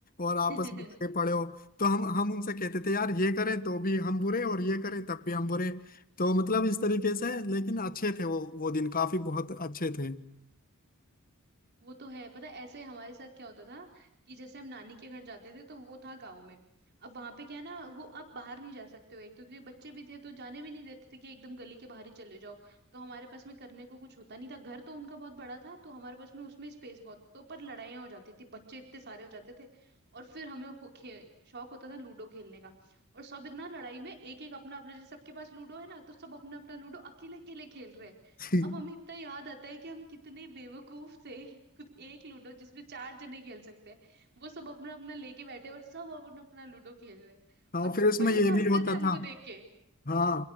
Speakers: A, on the left; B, on the right.
A: और आपस
B: <laughs>
A: में लगे पड़े हो तो हम हम उनसे कहते थे यार ये करें तो भी हम बुरे और ये करें तब भी हम बुरे तो मतलब इस तरीके से लेकिन अच्छे थे वो वो दिन काफी बहुत अच्छे थे
B: वो तो है पता है ऐसे हमारे साथ क्या होता था कि जैसे हम नानी के घर जाते थे तो वो था गांव में अब वहां पे क्या है ना वो आप बाहर नहीं जा सकते हो एक तो क्योंकि बच्चे भी थे तो जाने भी नहीं देते थे कि एकदम गली के बाहर ही चले जाओ तो हमारे पास में करने को कुछ होता नहीं था घर तो उनका बहुत बड़ा था तो हमारे पास में उसमें स्पेस बहुत तो पर लड़ाइयाँ हो जाती थी बच्चे इतने सारे हो जाते थे और फिर हमें खो- खे- शौक होता था लूडो खेलने का और सब इतना लड़ाई में एक एक अपना अपना जैसे सबके पास लूडो है ना तो सब अपना अपना लूडो अकेले अकेले खेल रहे हैं
A: <laughs>
B: अब हमें इतना याद आता है कि हम कितने बेवकूफ थे <laughs> खुद एक लूडो जिसमें चार जने खेल सकते हैं वो सब अपना अपना लेके बैठे और सब अपना अपना लूडो खेल रहे हैं
A: हाँ
B: और
A: फिर उसमें
B: बड़े
A: ये
B: तो
A: भी
B: हंसते
A: होता
B: थे हमको
A: था
B: देख के
A: हाँ